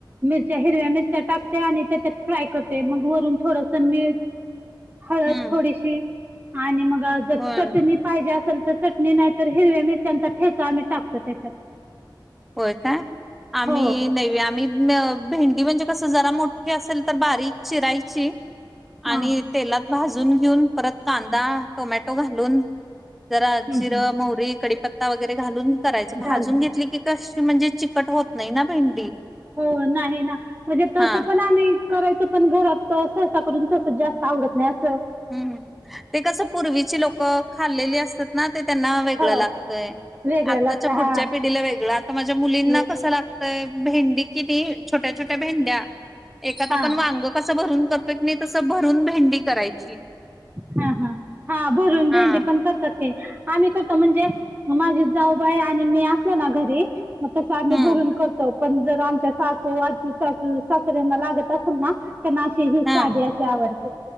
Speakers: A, on the right; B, in the centre.
A: मिरच्या, हिरव्या मिरच्या, टाकून आणि त्याच्यात फ्राय करते. मग वरून थोडस मीठ, हळद
B: हम्म
A: थोडीशी आणि मग जर
B: होय
A: चटणी पाहिजे असेल तर, चटणी नाही तर हिरव्या मिरच्या मिरच्यांचा ठेचा आम्ही टाकतो त्याच्यात.
B: होय काय, आम्ही
A: हो
B: नै आम्ही भेंडी म्हणजे कस जरा मोठी असेल तर, बारीक चिरायची
A: हा
B: आणि तेलात भाजून घेऊन परत कांदा टोमॅटो घालून, जरा
A: हम्म
B: जिर,
A: हम्म
B: मोहरी, कढीपत्ता कढीपत्ता वगैरे घालून करायच भाजून
A: घालून
B: घेतली की, कशी म्हणजे चिकट होत नाही ना भेंडी.
A: हो नाही ना, म्हणजे तसं
B: हा
A: पण आम्ही करायच. पण घरात सहसा करून तसं जास्त आवडत नाही. अस
B: हम्म, ते कसं पूर्वीची लोक खाल्लेली असतात ना, ते त्यांना वेगळं
A: हो
B: लागतय.
A: वेगळं
B: आत्ताच्या
A: लागत
B: पुढच्या
A: हा
B: पिढीला वेगळं, आता माझ्या मुलींना
A: वे
B: कसं लागतंय भेंडी किती, छोट्या, छोट्या, भेंड्या एकात आपण
A: हा
B: वांग कस भरून करतो की नाही, तसं भरून भेंडी करायची.
A: हा, हा, हा, भरून
B: हा.
A: भेंडी पण करतात. आम्ही करतो, म्हणजे माझी जाऊबाई आम्ही असलो ना घरी मग त आम्ही
B: हम्म
A: भरून करतो. पण जर आमच्या सासू सासू सासऱ्यांना लागत असेल ना. ना असे हे साधे
B: हा
A: असे आवडते.